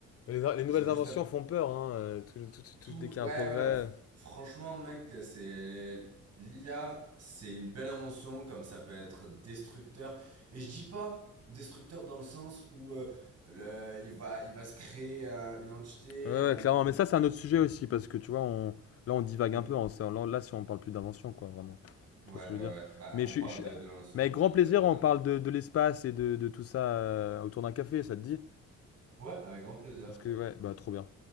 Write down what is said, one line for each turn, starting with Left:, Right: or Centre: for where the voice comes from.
Left: Mais Les, in- les nouvelles
Right: ils ont juste
Left: inventions font peur, hein. euh, tout- tout- tout- tout-
Right: tout,
Left: dès qu'il
Right: ouais,
Left: y a un progrès...
Right: ouais. f- Franchement, mec, c'est l'IA, c'est une belle invention, comme ça peut être destructeur. Et je dis pas destructeur dans le sens où euh, le, il va, il va se créer euh, une entité,
Left: Ouais,
Right: il va
Left: ouais, clairement.
Right: nous.
Left: Mais ça, c'est un autre sujet aussi, parce que tu vois, on... là, on divague
Right: Hmm.
Left: un peu. hein. C'est- Là, là, si on parle plus d'invention, quoi, vraiment.
Right: Ouais,
Left: Tu
Right: ouais,
Left: vois ce que je veux
Right: ouais.
Left: dire?
Right: Bah,
Left: Mais,
Right: on
Left: je, suis-
Right: parle
Left: je suis-
Right: de, de l'invention,
Left: Mais avec grand
Right: ouais,
Left: plaisir,
Right: de, de l'in-
Left: on parle de, de l'espace et de, de tout ça euh, autour d'un café, ça te dit?
Right: Ouais, avec grand plaisir.
Left: Parce que, ouais, bah, trop bien.